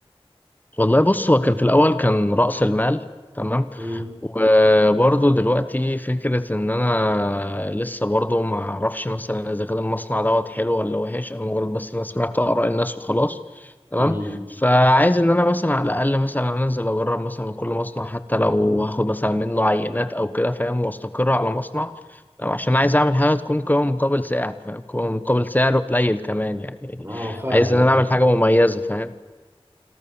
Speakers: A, on the left; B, on the right.
A: والله بص هو كان في الأول كان رأس المال تمام
B: امم
A: وبرضه دلوقتي فكرة إن أنا لسه برضه ما أعرفش مثلا إذا كان المصنع دوت حلو ولا وحش أنا مجرد بس أنا سمعت آراء الناس وخلاص تمام
B: امم
A: فعايز إن أنا مثلا على الأقل مثلا أنزل أجرب مثلا من كل مصنع حتى لو هاخد مثلا منه عينات أو كده فاهم وأستقر على مصنع تمام؟ عشان عايز أعمل حاجة تكون قيمة مقابل سعر فاهم قيمة مقابل سعر قليل كمان يعني يعني
B: اه فاهمك
A: عايز إن أنا
B: فاهمك.
A: أعمل حاجة مميزة فاهم